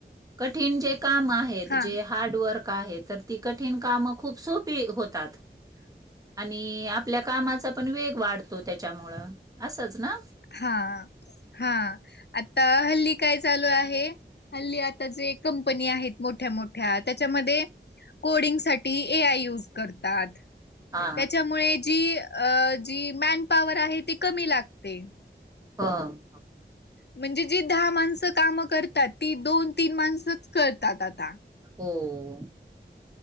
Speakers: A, on the right; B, on the left.
A: कठीण जे काम आहेत
B: हा
A: जे हार्डवर्क तर त कठीण काम खूप सोपी होतात आणि आपल्या कामाचा पण वेग वाढतो त्याच्यामुळ असच ना
B: हा हा आता हल्ली काय चालू आहे हल्ली आता जे कंपनी आहेत मोठ्या मोठ्या त्याच्यामध्ये कोडिंगसाठी टी ए आय यूज करतात
A: हा
B: त्याच्यामुळे जी जी मॅन पवर आहे ती कमी लागते
A: हा हा
B: म्हणजे जी दहा माणसं कामं करतात ती दोन तीन माणसंच करतात आता
A: हो